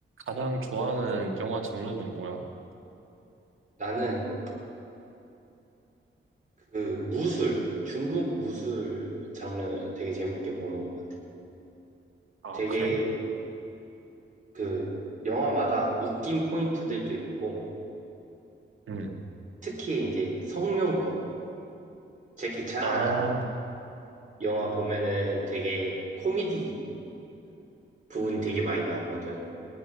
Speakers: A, on the right; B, on the right.
A: 가장 좋아하는 영화 장르는 뭐야?
B: 나는 그 무술, 중국 무술 장르 되게 재밌게 보는 것 같아.
A: 아,
B: 되게
A: 그래?
B: 그 영화마다 웃긴 포인트들도 있고,
A: 응.
B: 특히 이제 성룡법, 제키 찬
A: 아,
B: 영화 보면은 되게 코미디한 부분이 되게 많이 나오거든.